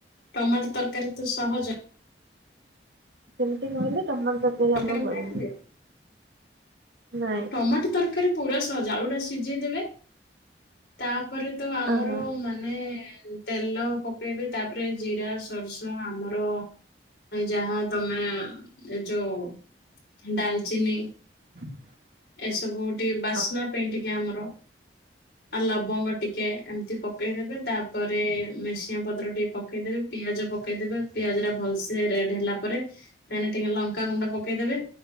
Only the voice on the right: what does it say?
ସେମିତି କହିଲେ ଟମାଟ ତରକାରି
ଆମର ହୁଏନି।
ନାଇଁ।
ଅ ହ
<inaudible>
ଅ